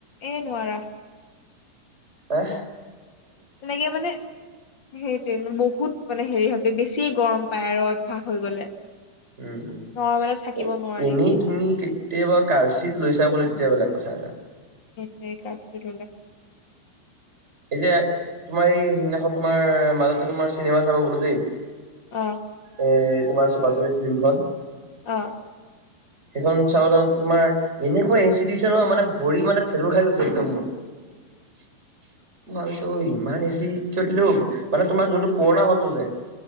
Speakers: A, on the left; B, on the right.
A: এ নোৱাৰা।
B: আহ,
A: তেনেকে মানে সেইটোয়ে বহুত। মানে হেৰি ভি বেছি গৰম পায় আৰু অভ্যয়াস হৈ গলে।
B: উম উম
A: নৰ্মেলত থাকিব
B: এ
A: নোৱাৰি
B: এনেই তুমি কেতিয়াবা কাৰ্চিত লৈ চাব লাগ তেতিয়া বেলেগ কথা আৰু।
A: সেই কাপটোট
B: এতিয়া তোমাৰ এই সিদিনাখন তোমাৰ মাজতে তোমাৰ চিনেমা চাব গলো দেই
A: আহ
B: এ তোমাৰ চুপাচুপি ফিল্মখন।
A: অ',
B: সেইখন চাবাও তোমাৰ এনেকুৱা এ চি দিছে নহয় মানে ভৰি মানে থঠেেতুৰ খাই গৈছে একদম মোৰ। <inaudible> ভাবিছো ইমান এছি ক দিলো মানে তোমাৰ যোনটো পুৰণা হল ত যে